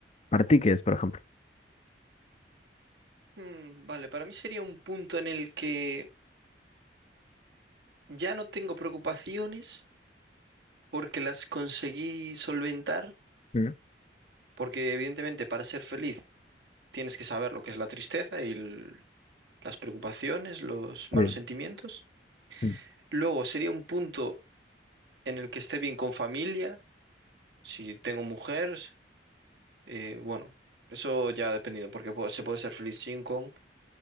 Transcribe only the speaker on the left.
Para ti, ¿qué es, por ejemplo?
Mm,
Sí,
mm,